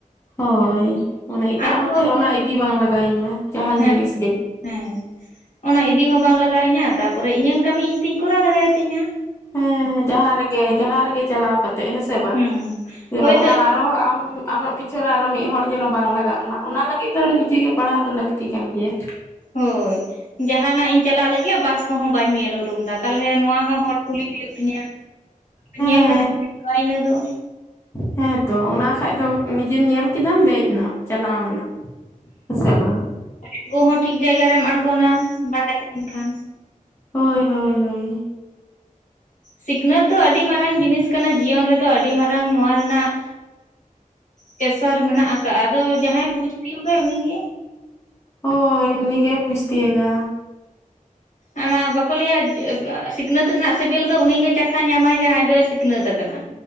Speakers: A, on the left; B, on the left.
A: ᱦᱳᱭ, ᱢᱚᱱᱮ ᱮᱴᱟᱜ
B: ᱟᱫᱚ
A: ᱦᱚᱲ ᱴᱷᱮᱱ ᱚᱱᱟ ᱤᱫᱤ ᱵᱟᱝ ᱞᱟᱜᱟᱣᱤᱧᱢᱟ ᱡᱟᱦᱟᱱ
B: ᱦᱮᱸ
A: ᱡᱤᱱᱤᱥ ᱜᱮ᱾
B: ᱦᱮᱸ, ᱚᱱᱟ ᱤᱫᱤ ᱦᱚᱸ ᱵᱟᱝ ᱞᱟᱜᱟᱣᱤᱧᱟᱹ ᱛᱟᱯᱚᱨᱮ ᱤᱧᱟᱹᱟᱜ ᱠᱟᱹᱢᱤ ᱤᱧ ᱛᱤᱧ ᱠᱚᱨᱟᱣ ᱫᱟᱲᱮᱭᱟᱛᱤᱧᱟ᱾
A: ᱦᱮᱸ ᱡᱟᱦᱟᱸ ᱨᱮᱜᱮ ᱡᱟᱦᱟᱸ ᱨᱮᱜᱮ ᱪᱟᱞᱟᱣ ᱠᱟᱛᱮᱜ ᱦᱮᱸ ᱥᱮ ᱵᱟᱝ
B: ᱦᱩᱸ
A: ᱡᱮᱱᱚ
B: ᱦᱳᱭᱛᱳ
A: ᱚᱱᱟ ᱟᱨᱦᱚ ᱟᱢ ᱟᱢᱟᱜ ᱯᱤᱪᱷᱟᱹ ᱨᱮ ᱟᱨᱚ ᱢᱤᱫ ᱦᱚᱲ ᱡᱮᱱᱚ ᱵᱟᱝ ᱞᱟᱜᱟᱜ ᱢᱟ ᱚᱱᱟ ᱞᱟᱹᱜᱤᱫ ᱫᱚ ᱱᱤᱡᱮ ᱜᱮ ᱯᱟᱲᱦᱟᱣ ᱫᱚ ᱞᱟᱹᱠᱛᱤ ᱠᱟᱱ ᱜᱮᱭᱟ᱾
B: ᱦᱳᱭ ᱡᱟᱦᱟᱱᱟᱜ ᱤᱧ ᱪᱟᱞᱟᱜ ᱞᱟᱹᱜᱤᱫ ᱵᱟᱥ ᱠᱚᱦᱚᱸ ᱵᱟᱹᱧ ᱧᱮᱞ ᱩᱨᱩᱢ ᱫᱟ ᱛᱟᱞᱦᱮ ᱱᱚᱣᱟ ᱦᱚᱸ ᱦᱚᱲ ᱠᱩᱞᱤ ᱦᱩᱭᱩᱜ ᱛᱤᱧᱟᱹ᱾
A: ᱦᱮᱸ
B: ᱧᱮᱞ ᱠᱟᱛᱮ <unintelligible> ᱠᱟᱜ- ᱟ ᱤᱱᱟᱹ ᱫᱚ
A: ᱦᱮᱸᱛᱚ ᱚᱱᱟ ᱠᱷᱟᱡ ᱫᱚ ᱱᱤᱡᱮᱢ ᱧᱮᱞ ᱠᱮᱫᱟᱢ ᱫᱮᱡ ᱮᱱᱟᱢ ᱪᱟᱞᱟᱣᱱᱟᱢ ᱦᱮᱸ ᱥᱮ ᱵᱟ᱾
B: ᱟᱜᱚ ᱦᱚᱸ ᱴᱷᱤᱠ ᱡᱟᱭᱜᱟ ᱨᱮᱢ ᱟᱬᱜᱚᱱᱟ ᱵᱟᱲᱟᱭ ᱛᱟᱦᱮᱱ ᱠᱷᱟᱱ᱾
A: ᱦᱳᱭ ᱦᱳᱭ ᱦᱳᱭ᱾
B: ᱥᱤᱠᱷᱱᱟᱹᱛ ᱫᱚ ᱟᱹᱰᱤ ᱢᱟᱨᱟᱝ ᱡᱤᱱᱤᱥ ᱠᱟᱱᱟ ᱡᱤᱭᱚᱱ ᱨᱮᱫᱚ ᱟᱹᱰᱤ ᱢᱟᱨᱟᱝ ᱱᱚᱣᱟ ᱨᱮᱱᱟᱜ ᱯᱮᱥᱟᱨ ᱢᱮᱱᱟᱜ ᱟᱠᱟᱜᱼᱟ, ᱟᱫᱚ ᱡᱟᱦᱟᱸᱭ ᱵᱩᱡᱽ ᱛᱤᱭ ᱠᱟᱭ ᱩᱱᱤᱜᱮ
A: ᱦᱳᱭ ᱩᱱᱤᱜᱮ ᱵᱩᱡᱽ ᱛᱤᱭᱟᱜᱼᱟ᱾
B: ᱚᱱᱟ ᱵᱟᱠᱚ ᱞᱟᱹᱭᱟ ᱡᱮ ᱵᱮᱸ ᱥᱤᱠᱷᱱᱟᱹᱛ ᱨᱮᱱᱟᱜ ᱥᱮᱵᱮᱞ ᱫᱚ ᱩᱱᱤ ᱜᱮ ᱪᱟᱠᱷᱟ ᱧᱟᱢᱟᱭ ᱡᱟᱦᱟᱸᱭ ᱫᱚᱭ ᱥᱤᱠᱷᱱᱟᱹᱛ ᱟᱠᱟᱱᱟ᱾